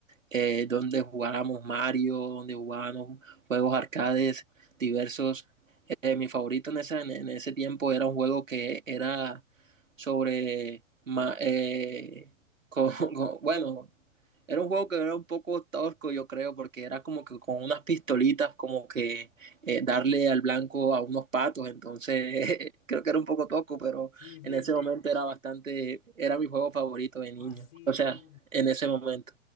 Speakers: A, on the right; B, on the left.
A: eh, donde jugábamos Mario, donde jugábamos juegos arcades diversos. Eh, mi favorito en ese, en ese tiempo era un juego que era sobre, ma- eh, <laughs> con- con- bueno, era un juego que era un poco tosco, yo creo, porque era como que con unas pistolitas, como que eh, darle al blanco a unos patos, entonces <laughs> creo que era un poco tosco, pero
B: Sí, sí,
A: en ese
B: sí.
A: momento era bastante, era mi juego favorito de niño,
B: Ah, sí,
A: o sea,
B: sí.
A: en ese momento.